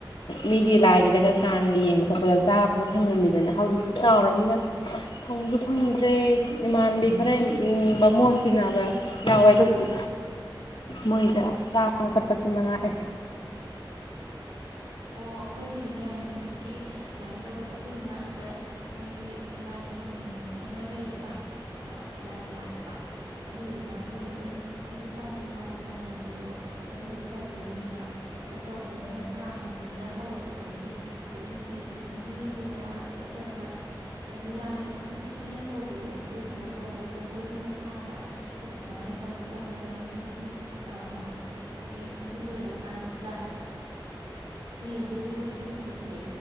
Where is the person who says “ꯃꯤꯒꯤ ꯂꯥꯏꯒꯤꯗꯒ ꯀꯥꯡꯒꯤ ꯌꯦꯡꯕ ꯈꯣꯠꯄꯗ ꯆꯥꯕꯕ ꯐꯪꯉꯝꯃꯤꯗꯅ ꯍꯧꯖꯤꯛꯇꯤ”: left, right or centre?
Left